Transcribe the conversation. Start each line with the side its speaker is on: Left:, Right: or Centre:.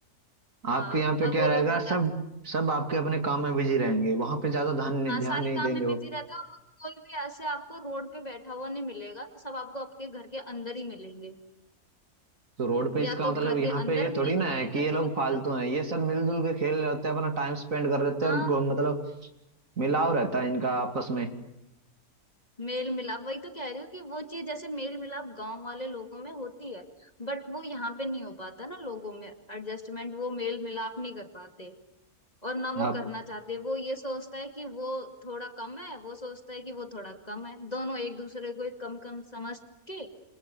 Right: आपके
Left: हाँ
Right: यहाँ पे
Left: और
Right: क्या
Left: वो
Right: रहेगा
Left: लोग बताते
Right: सब सब आपके अपने काम में बिजी रहेंगे वहां पे ज्यादा ध्यान
Left: हाँ
Right: ध्यान
Left: सारे
Right: नहीं
Left: काम
Right: देंगे
Left: में
Right: वो
Left: बिजी रहता है और कोई भी ऐसे आपको रोड पे बैठा हुआ नहीं मिलेगा सब आपको आपके घर के अंदर ही मिलेंगे
Right: तो रोड पे
Left: या
Right: इसका
Left: तो
Right: मतलब
Left: घर
Right: यहाँ
Left: के अंदर
Right: पे ये
Left: मिलेंगे
Right: थोड़ी ना है कि
Left: या
Right: ये
Left: तो
Right: लोग
Left: फिर
Right: फालतू
Left: बाहर
Right: हैं ये सब मिलजुल के खेल रहे होते हैं अपना टाइम स्पेंड कर रहे होते
Left: हाँ
Right: हैं और गो- मतलब मिलाव रहता है इनका आपस में
Left: मेल मिलाप वही तो कह रही हूँ कि वो चीज जैसे मेल मिलाप गांव वाले लोगों में होती है बट वो यहाँ पे नहीं हो पाता ना लोगों में एडजस्टमेंट वो मेल मिलाप नहीं कर पाते और ना
Right: आप
Left: वो करना चाहते वो ये सोचता है कि वो थोड़ा कम है वो सोचता है कि वो थोड़ा कम है दोनों एक दूसरे को एक कम कम समझ के